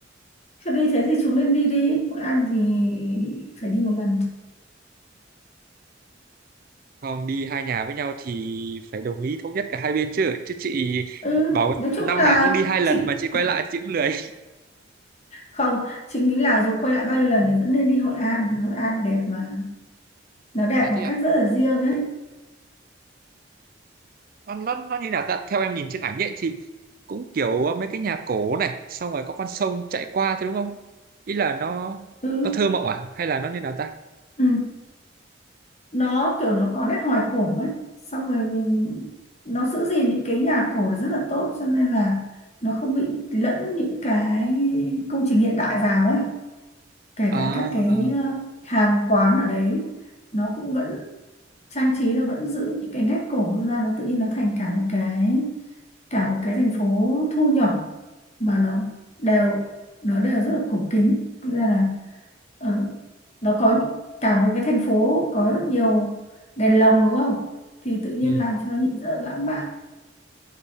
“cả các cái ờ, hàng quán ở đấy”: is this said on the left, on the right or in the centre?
Left